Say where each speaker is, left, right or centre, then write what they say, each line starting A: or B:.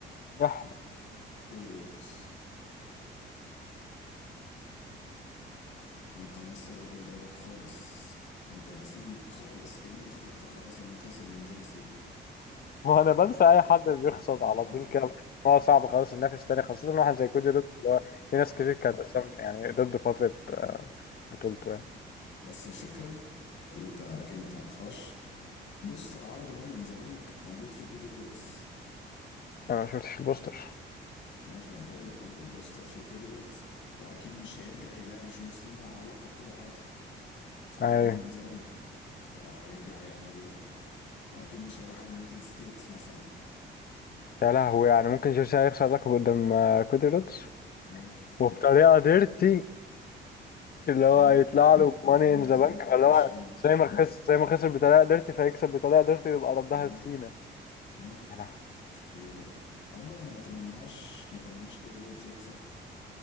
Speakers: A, on the left; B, on the left.
A: يح
B: كودي رودز انت ناسي الراجل دوت خالص انت ناسيه خالص كأنه اختفى خلاص اما خسر من جون سينا
A: هو <laughs> أنا بنسى أي حد بيخسر
B: اه
A: على طول كده بحس إن هو صعب خلاص ينافس تاني خاصة واحد زي كودي رودز اللي هو في ناس كتير كانت أصلا يعني ضد فترة آه، بطولته يعني
B: بس الفكره اللي انت اكيد ما تعرفهاش بوستر عرض ماني ان ذا بانك موجود فيه كودي رودز
A: أنا ما شفتش البوستر
B: ماشي ما انا بقول لك اهو البوستر فيه كودي رودز واكيد مش هيرجع يلعب جون سينا على اللقب كده عادي في عرض
A: أيوه
B: ماني ان ذا بانك فلو هيرجع هيعمل ايه واكيد مش هيروح على اليونايتد ستيتس مثلا
A: يا لهوي يعني ممكن جيرسي هيخسر لقب قدام آه، كودي رودز
B: ممكن
A: وبطريقة ديرتي اللي هو
B: مم.
A: هيطلع له
B: بالماني
A: ماني ان
B: ان
A: ذا
B: ذا
A: بانك
B: بانك
A: فاللي
B: كاش
A: هو
B: ان
A: زي ما خسر زي ما خسر بطريقة ديرتي فهيكسب بطريقة ديرتي ويبقى ردها
B: ممكن
A: في سينا
B: ممكن
A: يا لهوي
B: ليه لا عموما انا ما اتمناهاش ما اتمناش كودي رودز يكسب